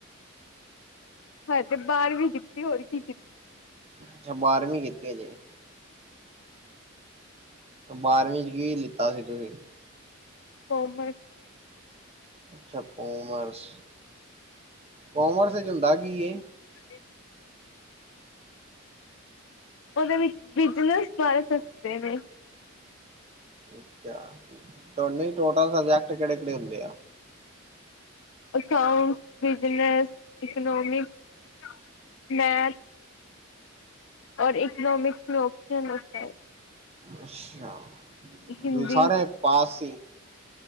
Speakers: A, on the left (about 65°); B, on the right (about 30°).
A: ਹਜੇ ਤੇ ਬਾਰਵੀਂ ਕੀਤੀ, ਹੋਰ ਕੀ ਕੀਤ
B: ਅੱਛਾ ਬਾਰਵੀਂ ਕੀਤੀ ਹਜੇ। ਬਾਰਵੀਂ ਚ ਕੀ ਲਿੱਤਾ ਸੀ ਤੁਸੀਂ।
A: ਕਾੱਮਰਸ।
B: ਅੱਛਾ, ਕੋਮਰਸ। ਕੋਮਰਸ ਇੱਚ ਹੁੰਦਾ ਕੀ ਐ?
A: <inaudible> ਓਦੇ ਵਿੱਚ ਬਿਜਨਸ ਬਾਰੇ ਦੱਸਦੇ ਨੇ।
B: ਅੱਛਾ। ਤੋਂ ਨਈਂ ਟੋਟਲ ਸਬਜੈਕਟ ਕੇੜੇ-ਕੇੜੇ ਹੁੰਦੇ ਆ?
A: Accounts, business, economics, math. ਔਰ ਇਕਨੋਮਿਕਸ ਮੇਂ ਓਪਸ਼ਨ <unintelligible> ਹੈ।
B: ਅੱਛਾ,
A: ਹਿੰਦੀ
B: ਤੂਹੀਂ ਸਾਰੇ ਪਾਸ ਸੀ।